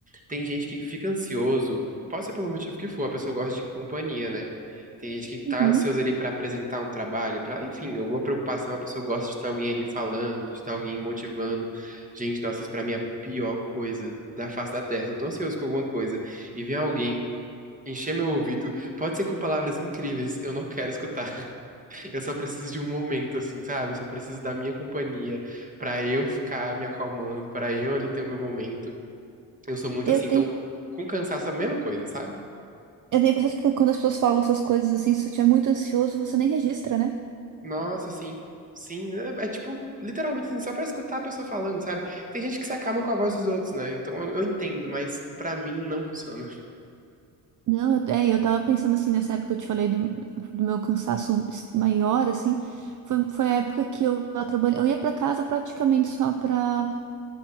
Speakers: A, on the right; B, on the right.
A: Tem gente que fica ansioso, pode ser pelo motivo que for, a pessoa gosta de companhia, né? Tem gente que tá
B: Uhum.
A: ansiosa ali pra apresentar um trabalho, pra, enfim, alguma preocupação, a pessoa gosta de estar alguém ali falando, de estar alguém motivando. Gente, nossa, isso pra mim é a pior coisa da face da Terra. Se eu tô ansioso com alguma coisa e vem alguém encher meu ouvido, pode ser com palavras incríveis, eu não quero escutar. <laughs> Eu só preciso de um momento, assim, sabe? Eu só preciso da minha companhia pra eu ficar me acalmando, pra eu ali ter o meu momento. Eu sou muito
B: Eu
A: assim, então,
B: tenho,
A: com cansaço é a mesma coisa, sabe?
B: eu tenho a impressão de que quando as pessoas falam essas coisas assim, se você estiver muito ansioso, você nem registra, né?
A: Nossa, sim. Sim, é, é tipo, literalmente, assim, só pra escutar a pessoa falando, sabe? Tem gente que se acalma com a voz dos outros, né? Então eu, eu entendo, mas pra mim não funciona <laughs>
B: Não, eu, é, eu tava pensando assim, nessa época que eu te falei do, do meu cansaço es- maior, assim, foi, foi a época que eu tava trabalhando, eu ia pra casa praticamente só pra